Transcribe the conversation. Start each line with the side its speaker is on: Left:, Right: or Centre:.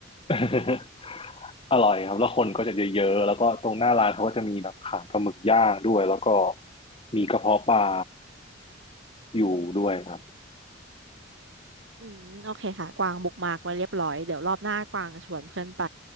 Left: <laughs> อร่อยครับแล้วคนก็จะเยอะๆแล้วก็ตรงหน้าร้านเขาก็จะมีแบบขายปลาหมึกย่างด้วยแล้วก็มีกระเพาะปลาอยู่ด้วยครับ
Right: อืมโอเคค่ะกวางบุกมากไว้เรียบร้อยเดี๋ยวรอบหน้ากวางชวนเพื่อนไป